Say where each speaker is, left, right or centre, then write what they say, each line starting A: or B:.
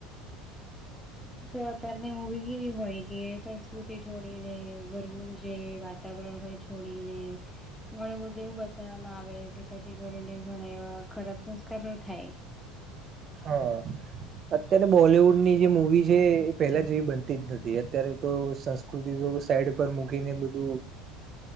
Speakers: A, in the centre; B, on the right.
A: બાકી તો અત્યારની મૂવી કેવી હોય કે સંસ્કૃતિ છોડીને ઘરનું જે વાત તપ હોય છોડીને ઘણું બધું એવું બતાવામાં આવે કે જ્યાંથી કરીને ઘણા એવા ખરાબ સંસ્કાર થાય.
B: હા અત્યારે બોલવુડ ની જે મુૂવી છે, એ પહેલા જેવી બનતી જ નથી અત્યારે તો આકૃતિ સાઈડ પર મૂકીને બધું